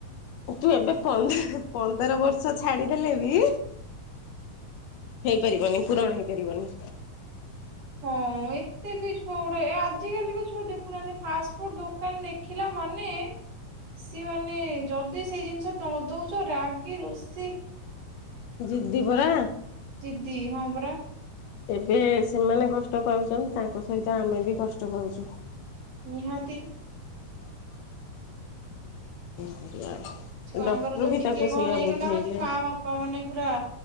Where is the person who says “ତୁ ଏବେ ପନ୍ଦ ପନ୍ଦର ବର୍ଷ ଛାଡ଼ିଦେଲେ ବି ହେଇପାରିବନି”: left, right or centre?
Left